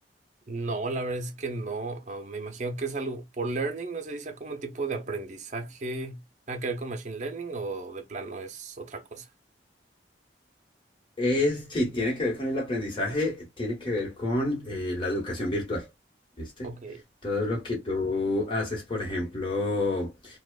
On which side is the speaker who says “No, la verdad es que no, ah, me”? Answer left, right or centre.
Right